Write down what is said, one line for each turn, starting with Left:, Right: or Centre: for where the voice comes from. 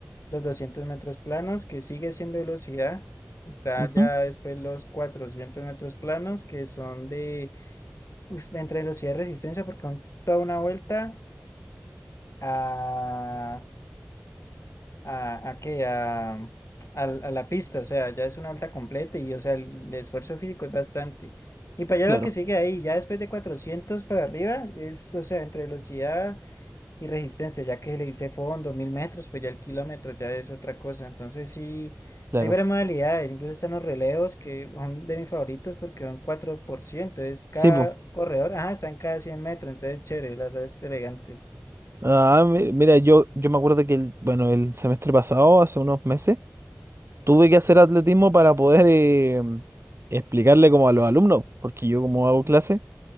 Left: los 200 metros planos, que sigue siendo velocidad. Está
Right: Ujú.
Left: ya después los 400 metros planos, que son de uf, entre velocidad y resistencia, porque son toda una vuelta a, a, a qué, a, a, a la pista. O sea, ya es una vuelta completa y, o sea, el, el esfuerzo físico es bastante. Y para allá
Right: Claro,
Left: lo que sigue ahí, ya después de 400 para arriba, es, o sea, entre velocidad. Y resistencia, ya que le hice fondo, mil metros, pues ya el kilómetro ya es otra cosa. Entonces sí,
Right: claro.
Left: hay varias modalidades. Incluso están los relevos, que son de mis favoritos porque son 4% Es cada
Right: Sí, pues.
Left: corredor, ajá, están cada 100 metros. Entonces chévere, la verdad es elegante.
Right: Ah, mi- mira, yo, yo me acuerdo que el, bueno, el semestre pasado, hace unos meses, tuve que hacer atletismo para poder eh, explicarle como a los alumnos, porque yo como hago clase,